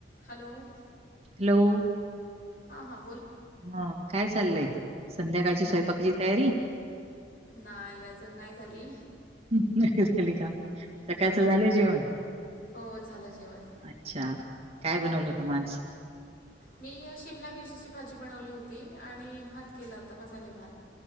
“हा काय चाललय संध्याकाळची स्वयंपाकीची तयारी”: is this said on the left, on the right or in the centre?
Right